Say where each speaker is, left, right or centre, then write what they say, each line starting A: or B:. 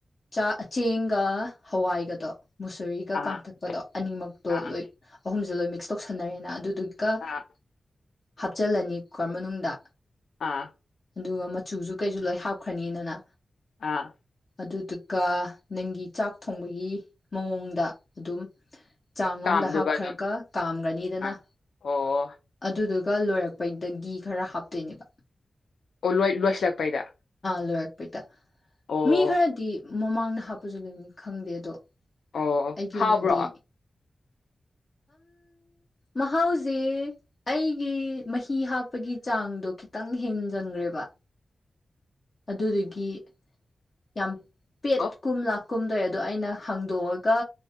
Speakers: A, on the left; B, on the left.
A: ꯆꯥꯛ ꯆꯦꯡꯒ ꯍꯋꯥꯏꯒꯗꯣ ꯃꯨꯁꯔꯤꯒ
B: ꯑꯥ
A: ꯀꯥꯡꯊꯛꯄꯗꯣ ꯑꯅꯤꯃꯛꯇꯣ
B: ꯑꯥ
A: ꯂꯣꯏ ꯑꯍꯨꯝꯁꯦ ꯂꯣꯏ ꯃꯤꯛꯁ ꯇꯧꯁꯟꯅꯔꯦꯅ ꯑꯗꯨ ꯑꯗꯨ ꯛꯀ
B: ꯑꯥ ꯑꯥ
A: ꯍꯥꯞꯆꯤꯜꯂꯅꯤ ꯈꯔ ꯃꯅꯨꯡꯗ
B: ꯑꯥ
A: ꯑꯗꯨꯒ ꯃꯆꯨꯁꯨ ꯀꯩꯁꯨ ꯂꯣꯏ ꯍꯥꯞꯈ꯭ꯔꯅꯤꯅꯅ
B: ꯑꯥ
A: ꯑꯗꯨꯗꯨꯒ ꯅꯪꯒꯤ ꯆꯥꯛ ꯊꯣꯡꯕꯒꯤ ꯃꯑꯣꯡꯗ ꯑꯗꯨꯝ ꯆꯥꯡ
B: ꯀꯥꯝꯗꯨꯕ
A: ꯑꯃꯗ ꯍꯥꯞꯈ꯭ꯔꯒ
B: ꯑꯗꯨꯝ
A: ꯀꯥꯝꯈ꯭ꯔꯅꯤꯗꯅ
B: ꯑꯥ ꯑꯣ
A: ꯑꯗꯨꯗꯨꯒ ꯀ ꯂꯣꯏꯔꯛꯄ ꯗ ꯒꯤꯘ ꯈꯔ ꯍꯥꯞꯇꯣꯏꯅꯦꯕ
B: ꯑꯣ ꯂꯣꯏ ꯂꯣꯏꯁꯤꯜꯂꯛꯄꯩꯗ
A: ꯜꯂꯣ ꯑꯦ ꯄꯩꯇ
B: ꯑꯣ
A: ꯃꯤ ꯈꯔꯗꯤ ꯃꯃꯥꯡꯅ ꯍꯥꯞꯄꯁꯨ ꯑꯗꯨꯣꯏꯝꯅꯤ ꯈꯪꯗꯦ ꯑꯗꯣ
B: ꯑꯣ
A: ꯑꯩꯒꯤ
B: ꯍꯥꯎꯕ꯭ꯔꯣ
A: ꯑꯣꯏꯅꯗꯤ ꯃꯍꯥꯎꯁꯦ ꯑꯩꯒꯤ ꯃꯍ ꯐꯤ ꯍꯥꯞꯄꯒꯤ ꯆꯥꯡꯗꯣ ꯈꯤꯇꯪ ꯍꯦꯟꯖꯟꯈ꯭ꯔꯦꯕ ꯑꯗꯨꯗꯨꯒꯤ ꯌꯥꯝ ꯄꯦꯠ
B: ꯑꯣ
A: ꯀꯨꯝꯂꯛ ꯀꯨꯝꯗꯣꯏ ꯑꯗꯣ ꯑꯩꯅ ꯍꯥꯡꯗꯣꯛꯑꯒ